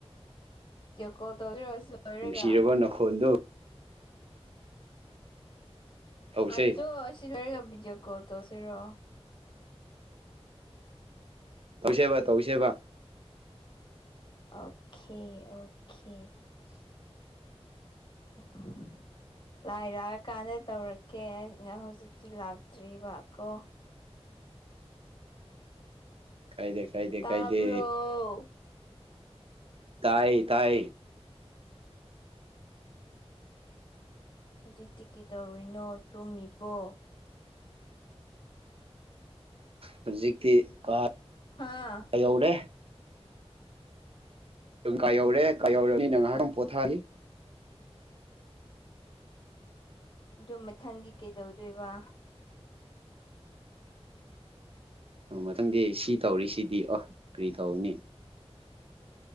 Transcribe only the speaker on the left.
ꯚꯤꯗ꯭ꯌꯣ ꯀꯣꯜ ꯇꯧꯁꯤꯔꯣ ꯂꯣꯏꯔꯒ
ꯑꯗꯣ ꯁꯤ ꯂꯣꯏꯔꯒ ꯕꯤꯗ꯭ꯌꯣ ꯀꯣꯜ ꯇꯣꯁꯤꯔꯣ
ꯑꯣꯈꯦ ꯑꯣꯈꯦ <unintelligible> ꯂꯥꯏ꯭ꯇ ꯂꯥꯛꯑꯀꯥꯟꯗ ꯇꯧꯔꯛꯀꯦ ꯍꯧꯖꯤꯛꯇꯤ ꯂꯥꯛꯇ꯭ꯔꯤꯕ ꯀꯣ
ꯇꯥꯕ꯭ꯔꯣ
ꯍꯧꯖꯤꯛꯇꯤ ꯀꯩꯗꯧꯔꯤꯅꯣ ꯇꯨꯝꯃꯤꯕꯣ
ꯍꯥꯥ
ꯑꯗꯨ ꯃꯊꯪꯗꯤ ꯀꯩꯗꯧꯗꯣꯏꯕ